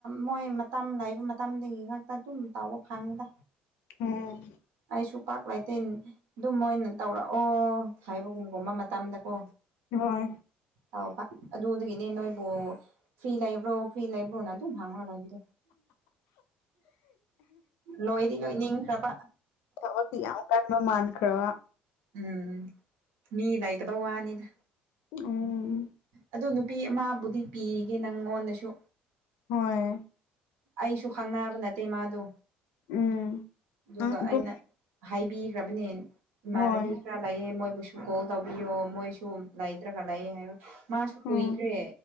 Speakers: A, on the right; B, on the left.
A: ꯃꯣꯏ ꯃꯇꯝ ꯂꯥꯛꯏꯕ ꯃꯇꯝꯗꯒꯤ ꯉꯥꯛꯇ ꯑꯗꯨꯝ ꯇꯥꯎꯕ ꯐꯪꯉꯤꯗ
B: ꯎꯝ
A: ꯀꯩꯁꯨ ꯄꯥꯛ ꯂꯩꯇ ꯑꯗꯨꯝ ꯑꯣꯏꯅ ꯇꯧꯔꯛꯑꯣ ꯍꯥꯏꯕꯒꯨꯝꯒꯨꯝꯕ ꯃꯇꯝꯗꯀꯣ
B: ꯍꯣꯏ
A: ꯑ ꯑꯗꯨꯗꯒꯤꯅꯦ ꯅꯣꯏꯕꯨ ꯐ꯭ꯔꯤ ꯂꯩꯕ꯭ꯔꯣ ꯐ꯭ꯔꯤ ꯂꯩ ꯅ ꯑꯗꯨꯣ ꯉꯅꯔꯥꯏꯗ ꯅꯣꯏꯗꯤ ꯂꯣꯏ ꯅꯤꯡꯈ꯭ꯔꯕ
B: ꯊꯕꯛꯗꯤꯤ ꯌꯥꯝ ꯀꯟꯕ ꯃꯥꯟꯈ꯭ꯔꯣ
A: ꯎꯝ ꯃꯤ ꯂꯩꯇꯕ ꯋꯥꯅꯤꯗ
B: ꯎꯝ
A: ꯑꯗꯨ ꯅꯨ ꯅꯨꯄꯤ ꯑꯃꯕꯨꯗꯤ ꯄꯤꯒꯦ ꯅꯪꯉꯣꯟꯗꯁꯨ
B: ꯍꯣꯏ
A: ꯑꯩꯁꯨ ꯈꯪꯅꯕ ꯅꯠꯇꯦ ꯃꯥꯗꯣ
B: ꯎꯝ
A: ꯑꯗꯨꯒ
B: ꯅꯪ ꯑꯗꯨꯝ
A: ꯑꯩꯅ ꯍꯥꯏꯕꯤꯈ꯭ꯔꯕꯅꯦ ꯏꯃꯥꯟꯅꯕꯤ
B: ꯍꯣꯏ
A: ꯈꯔ ꯂꯩꯑꯦ ꯃꯣꯏꯕꯨ ꯀꯣꯜ ꯇꯧꯕꯤꯌꯣ ꯃꯣꯏꯁꯨ ꯂꯩꯇ꯭ꯔꯒ ꯂꯩꯌꯦ ꯍꯥꯏꯕ ꯃꯥꯁꯨ ꯀꯨꯏꯈ꯭ꯔꯦ
B: ꯎꯝ